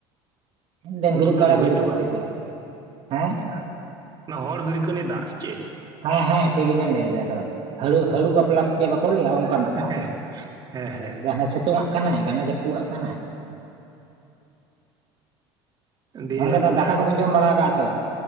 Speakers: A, on the right; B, on the right.
A: ᱰᱟᱹᱝᱨᱤ
B: ᱩᱱᱟᱹᱜ ᱜᱟᱱ
A: ᱠᱟᱲᱟ
B: ᱫᱷᱟᱹᱵᱤᱡ
A: ᱵᱷᱤᱲᱠᱟᱹᱜ
B: ᱫᱚ ᱵᱟᱝ
A: ᱞᱮᱠᱟ ᱟᱨᱠᱤ ᱦᱮᱸ
B: ᱟᱪᱷᱟ ᱚᱱᱟ ᱦᱚᱲ ᱵᱷᱤᱲᱠᱟᱹᱱᱤ ᱫᱟᱜ ᱥᱮ ᱪᱮᱫ
A: ᱦᱮᱸ ᱦᱮᱸ ᱴᱷᱤᱠ ᱜᱮᱵᱱ ᱞᱟᱹᱭᱮᱫᱟ ᱨᱚᱲ ᱦᱲᱩ ᱦᱲᱩ ᱵᱟᱯᱞᱟ - ᱪᱮᱫ ᱵᱟᱠᱚ ᱞᱟᱹᱭᱟ ᱚᱱᱠᱟᱱᱟᱜ ᱫᱟᱜ
B: ᱦᱮᱸ ᱦᱮᱸ ᱦᱮᱸ
A: ᱜᱷᱟᱱᱮ ᱥᱤᱛᱩᱝᱟᱜ ᱠᱟᱱᱟᱭ ᱜᱷᱟᱱᱮ ᱡᱟᱹᱯᱩᱫᱟᱜ ᱠᱟᱱᱟᱭ
B: ᱫᱤᱭᱮ
A: ᱜᱚᱝᱠᱮ ᱛᱚ
B: ᱛᱚᱵᱮ
A: ᱫᱟᱠᱟ ᱠᱚᱵᱚᱱ ᱡᱚᱢ ᱵᱟᱲᱟ ᱠᱟᱜᱼᱟ ᱥᱮ ᱵᱟᱝ